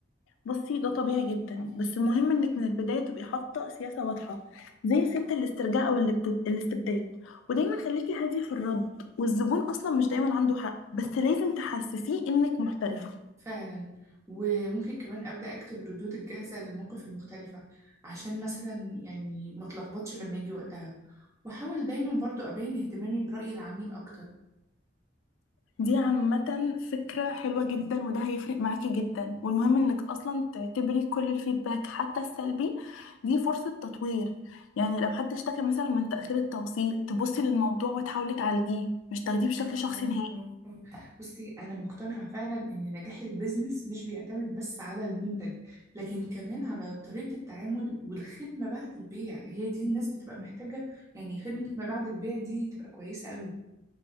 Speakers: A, on the left; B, on the right.
A: بصي ده طبيعي جدا بس المهم انك من البدايه تبقي حاطه سياسه واضحه زي سياسه الاسترجاع او الاستب- الاستبداد ودايما خليكي هاديه في الرد والزبون اصلا مش دايما عنده حق بس لازم تحسسيه انك محترفه
B: فعلا وممكن كمان أبدأ أكتب الردود الجاهزة للمواقف المختلفة عشان مثلا يعني ما اتلخبطش لما يجي وقتها وأحاول دايما برضو أبين اهتمامي برأي العميل أكتر
A: دي عامه فكره حلوه جدا وده هيفرق معاكي جدا والمهم انك اصلا تعتبري كل الفيدباك حتى السلبي دي فرصه تطوير يعني لو حد اشتكى مثلا من تاخير التوصيل تبصي للموضوع وتحاولي تعالجيه مش تاخديه بشكل
B: آه
A: شخصي نهائي
B: آه آه بصي أنا مقتنعة فعلا إن نجاح البيزنس مش بيعتمد بس على المنتج لكن كمان على طريقة التعامل والخدمة بعد البيع هي دي الناس بتبقى محتاجة يعني خدمة ما بعد البيع دي تبقى كويسة قوي